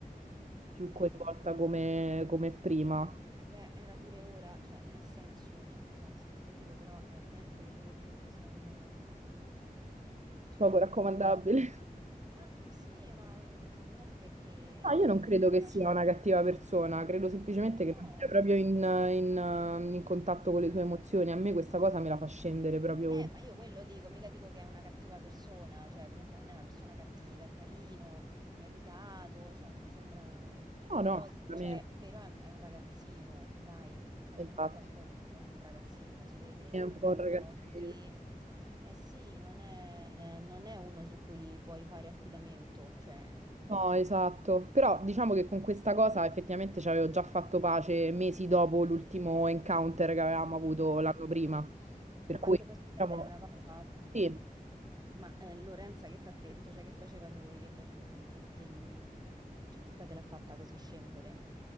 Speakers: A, on the right; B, on the right.
A: più
B: Mm.
A: coinvolta come, come prima,
B: E beh, era pure ora, cioè, nel senso, scusa se te lo dico, però è evidente che lui comunque sia uno, cioè,
A: poco raccomandabile.
B: un po'... Ma sì, ma mm, non perché
A: No, io
B: sia
A: non
B: uno
A: credo
B: che mi
A: che
B: piace,
A: sia una cattiva persona, credo semplicemente
B: ma
A: che
B: no,
A: non sia proprio in, in- in contatto con le sue emozioni. A me questa cosa me la fa scendere proprio
B: Eh,
A: in...
B: ma io quello dico, mica dico che è una cattiva persona, cioè comunque non è una persona cattiva, è carino, è educato, cioè non mi sembra...
A: No,
B: Però,
A: no, assolutamente.
B: cioè, però è, è un ragazzino, dai, cioè
A: Esatto.
B: comunque è un po' un, è un ragazzino, si vede,
A: È
B: cioè
A: un
B: non
A: po'
B: è
A: un
B: uno
A: ragazzino.
B: su cui... Eh sì, non è, non è uno su cui puoi fare affidamento, cioè...
A: No, esatto. Però diciamo che con questa cosa effettivamente ci avevo già fatto pace mesi dopo l'ultimo encounter che avevamo avuto l'anno prima. Per
B: Ma
A: cui,
B: ti posso chiedere
A: diciamo,
B: una cosa?
A: sì,
B: Ma eh, Lorenza che ti ha detto, cioè che faceva lui, che, mm, che, che il- cioè, che poi te l'ha fatta così scendere?